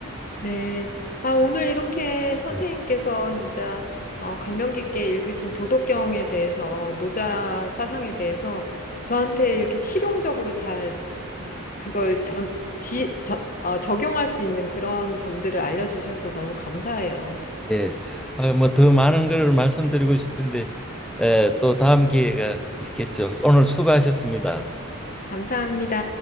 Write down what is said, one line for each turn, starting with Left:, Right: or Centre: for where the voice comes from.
Left: 네. 아, 오늘 이렇게 선생님께서
Centre: 네.
Left: 진짜 어, 감명 깊게 읽으신 도덕경에 대해서, 노자 사상에 대해서 저한테 이렇게 실용적으로 잘 그걸 전, 지, 저, 어, 적용할 수 있는 그런 점들을 알려주셔서 너무 감사해요.
Centre: 예, 아, 뭐더 많은 걸 말씀드리고 싶은데 에, 또 다음 기회가 있겠죠. 오늘 수고하셨습니다.
Left: 감사합니다.